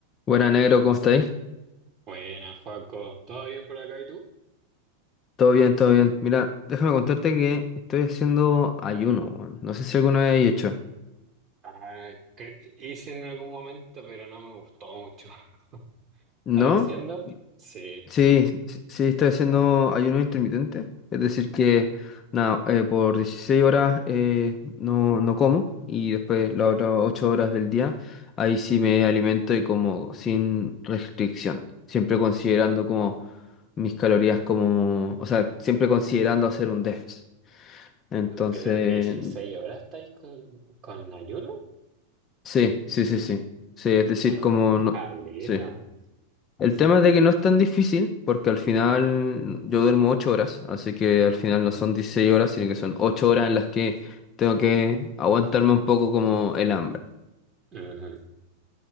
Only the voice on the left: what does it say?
Buena, negro, ¿cómo estáis?
Todo bien, todo bien. Mira, déjame contarte que estoy haciendo ayuno. weón. No sé si alguna vez he hecho.
¿No?
Sí, sí, sí, estoy haciendo ayuno intermitente. Es decir, que nada, eh, por 16 horas eh, no, no como y después las otras 8 horas del día, ahí sí me alimento y como sin restricción. Siempre considerando como mis calorías como, o sea, siempre considerando hacer un déficit. Entonces,
Sí, sí, sí, sí. Sí, es decir,
como no...
Sí.
El tema es de que no es tan difícil, porque al final yo duermo 8 horas, así que al final no son 16 horas, sino que son 8 horas en las que tengo que aguantarme un poco como el hambre.